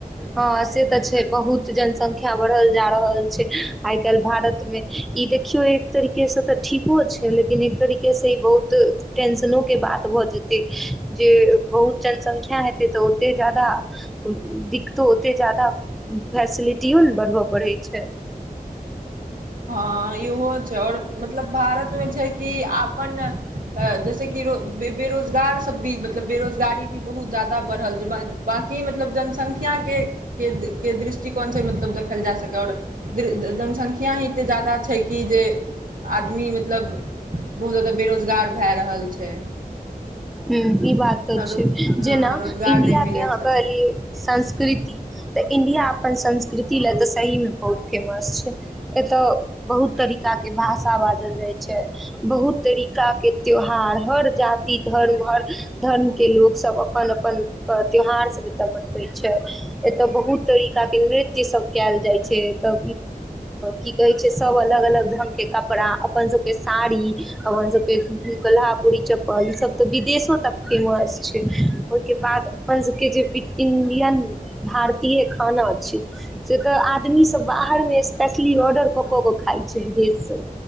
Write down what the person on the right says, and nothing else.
हँ यहो छे आओर मतलब भारत मे छै कि आपन जैसेक बे बेरोजगार तबी मतलब बेरोजगारी भी बहुत जादा बढ़ल जे ब बाकी मतलब जनसंख्य ख्य के-के-के दृष्टिकोणसँ मतलब देखल जा सकै आऔर दृ जनसंख्या ही एतेक जाादा छै कि जे आदमी मतलब बहुत जादा बेरोजगार भए रहल छै।
आरो
हँ
रोजगार
नहि मिलै
छथिन